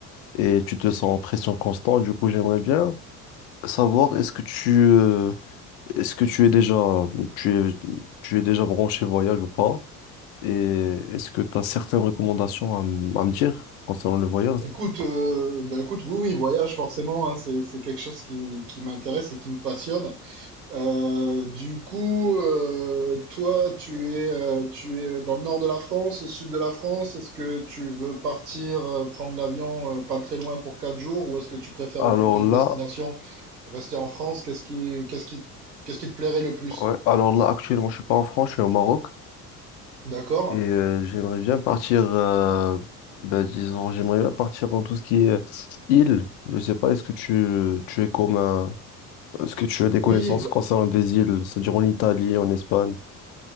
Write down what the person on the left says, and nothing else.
et tu te sens en pression constante. Du coup, j'aimerais bien savoir est-ce que tu, euh, est-ce que tu es déjà, tu es, tu es déjà branché voyage ou pas? Et est-ce que tu as certaines recommandations à, m- à me dire concernant le voyage?
Alors
là,
ouais, alors là, actuellement, je suis pas en France, je suis au Maroc.
Et euh, j'aimerais bien partir, euh, ben, disons, j'aimerais bien partir dans tout ce qui est île. Je sais pas, est-ce que tu, tu es comme un- est-ce que tu as des
connaissances
concernant des îles, c'est-à-dire en Italie, en Espagne?